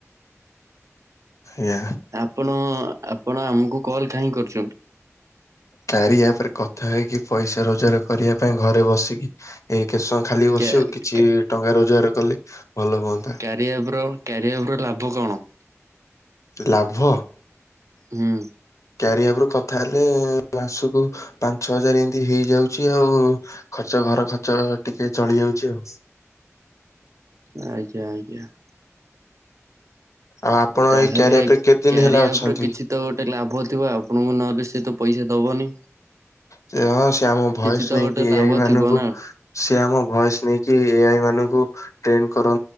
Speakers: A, on the left (about 80°); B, on the right (about 75°).
A: ଇୟା
B: ଆପଣ ଆପଣ ଆମକୁ କଲ୍ କାହିଁ କରୁଛନ୍ତି?
A: କାରିୟା ଆପ୍ ରେ କଥା ହେଇକି ପଇସା ରୋଜଗାର କରିବା ପାଇଁ ଘରେ ବସିକି ଏଇ କେତେ ସମୟ ଖାଲି ବସିବ
B: କ୍ୟା
A: କିଛି
B: କ୍ୟା
A: ଟଙ୍କା ରୋଜଗାର କଲେ ଭଲ ହୁଅନ୍ତା
B: କ୍ୟାରିଆ ଆପ୍ ର କ୍ୟାରିଆ ଆପ୍ ର ଲାଭ କଣ?
A: ଲାଭ
B: ହୁଁ
A: କ୍ୟାରିଆ ଆପ୍ ରେ କଥା ହେଲେ ମାସକୁ ପାଞ୍ଚ ହଜାର ଏମିତି ହେଇଯାଉଛି ଆଉ ଖର୍ଚ୍ଚ ଘର ଖର୍ଚ୍ଚ ଟିକେ ଚଳି ଯାଉଛି ଆଉ
B: ଆଜ୍ଞା ଆଜ୍ଞା।
A: ଆଉ ଆପଣ
B: ତାହେଲେ
A: ଏଇ କ୍ୟାରିଅର ଆପ୍ ରେ କେତେ
B: କ୍ୟାରିଆ
A: ଦିନ ହେଲା ଅଛନ୍ତି
B: ଆପ ର କିଛି ତ ଗୋଟେ ଲାଭ ଥିବ ଆପଣଙ୍କୁ ନହେଲେ ସେ ତ ପଇସା ଦବନି
A: ସେ ହଁ ସେ ଆମ ଭୟସ୍
B: କିଛି ତ
A: ନେଇକି
B: ଗୋଟେ
A: ଏଆଇ
B: ଲାଭ
A: ମାନଙ୍କୁ
B: ଥିବ ନା
A: ସେ ଆମ ଭଏସ୍ ନେଇକି ଏଆଇ ମାନଙ୍କୁ ଟ୍ରେଣ୍ଡ କର